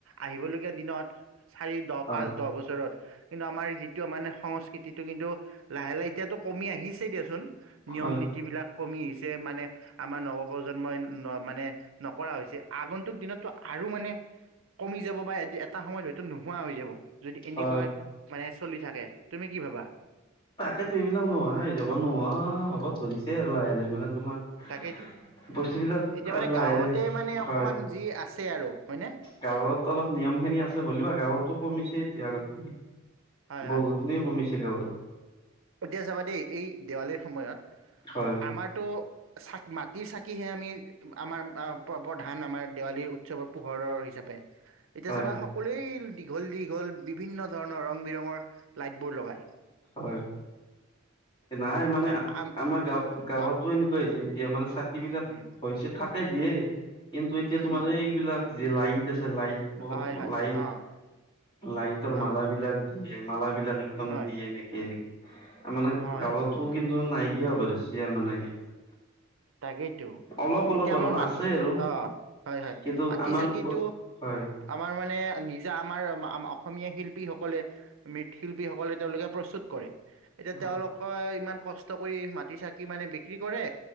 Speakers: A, on the right; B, on the left.
A: আহিব লগীয়া দিনত! চাৰি দহ
B: হয়
A: পাঁচ দহ বছৰত কিন্তু আমাৰ যিটো মানে সংস্কৃতিটো কিন্তু! লাহে লাহে এতিয়াতো কমি আহিছে দিয়াচোন নিয়ম
B: হয়
A: নীতি বিলাক কমি আহিছে মানে! আমাৰ নৱপ্ৰজন্মই ন মানে নকৰা হৈছে আগন্তুক দিনতো আৰু মানে! কমি যাব বা এদিয়াত! এটা সময়ত হয়তো নোহোৱা হৈ যাব যদি এনেকুৱা
B: হয়
A: মানে চলি থাকে তুমি কি ভাবা?
B: তাকেতো এইবিলাক নোহয় যাব নোৱাৰা হ'ব ধৰিছে আৰু লাহে লাহে মানে তোমাৰ।
A: তাকেইতো
B: বস্তু বিলাক
A: এতিয়া মানে
B: লাহে
A: গাঁৱতে
B: দে
A: মানে অকমান
B: হয়।
A: যি আছে আৰু হয় নে?
B: গাঁৱত অলপ নিয়ম খিনি আছে হ'লেও গাঁৱতো কমিছে এতিয়া আগতে
A: হয়
B: বহুত।
A: হয়।
B: কোনে কমিছে গাঁৱত।
A: এতিয়া যাবা দেই এই দেৱালীৰ সময়ত।
B: হয়
A: আমাৰতো চাক মাটিৰ চাকিহে আমি আমাৰ প্ৰধান আমাৰ দেৱালীৰ উ। উৎসৱৰ পোহৰৰ হিচাপে এতিয়া
B: হয়
A: চাবা সকলোৱেইল। দীঘল দীঘল বিভিন্ন ধৰণৰ ৰং বিৰঙৰ লাইট বোৰ লগাই।
B: হয় নাই মানে
A: আম
B: আমাৰ গাঁৱ গাঁৱতো
A: কোৱা
B: এনেকুৱা হৈছে এতিয়া মানে ছাতি বিলাক
A: উম।
B: হৈছে। থাকে দিয়ে কিন্তু এতিয়া
A: উম
B: তোমাৰ
A: উম
B: এইবিলাক যে লাইট আছে লাইট। অপ্
A: হয় হয়
B: লাইট
A: অ
B: লাইটৰ
A: অ
B: মাল বিলাক দিয়ে মালাবলাক একদম
A: হয়
B: দিয়ে নকি। নেকি মানে
A: হয়
B: গৱতো কিন্তু নাইকিয়া হ'বাৰছে মানে এইবিলাক।
A: তাকেইতো
B: অলপ অলপ
A: এতিয়া
B: আৰু
A: আমাৰ মাটি
B: আছে আৰু
A: অ' হয় হয়
B: কিন্তু
A: মাটি
B: আমাৰ
A: চাকিটো।
B: ওপ হয়
A: আমাৰ মানে নিজা আমাৰ অসমীয়া শিল্পীসকলে! মৃৎ শিল্পীসকলে তেওঁলোকে প্ৰস্তুত কৰে। এতিয়া
B: হয়
A: তেওঁলোকে ইমান কষ্ট কৰি মাটি চাকি মানে বিক্ৰী কৰে